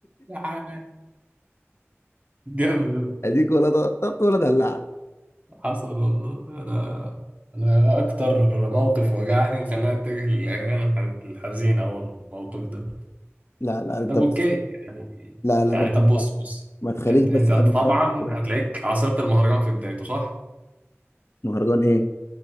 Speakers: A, on the right; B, on the left.
A: سرحان. جامد
B: أديك ولا طبطبت ولا دلعت
A: حصل والله أنا أنا أكتر موقف وجعني وخلاني أتجه للأغاني الح- الحزينة هو الموقف ده
B: لا لا أنت
A: طب
B: بس
A: اوكي يعني
B: لا لا
A: يعني
B: بس
A: طب بص بص
B: ما تخليش
A: انت
B: بس
A: انت انت
B: حاجه
A: طبعا
B: تقطع خلاص.
A: هتلاقيك عاصرت المهرجان في بدايته صح؟
B: مهرجان ايه